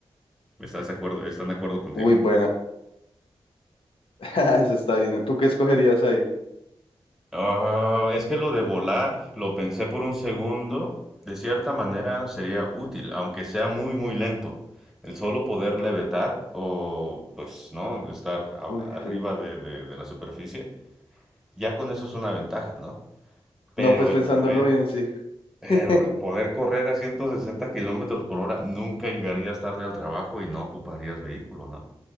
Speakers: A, in the centre; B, on the left.
A: ¿Estás de acuerdo? ¿Están de acuerdo contigo?
B: Uy, buena. <laughs> Eso está bien. ¿Tú qué escogerías ahí?
A: Ah, es que lo de volar, lo pensé por un segundo, de cierta manera sería útil, aunque sea muy, muy lento. El solo poder levitar o, pues, ¿no? Estar a-
B: Uy,
A: arriba
B: sí.
A: de, de- de la superficie, ya con eso es una ventaja, ¿no? Pero
B: No, pues pensándolo
A: el poder,
B: bien, sí.
A: pero
B: <laughs>
A: el poder correr a 160 kilómetros por hora, nunca llegarías tarde al trabajo y no ocuparías vehículo, ¿no?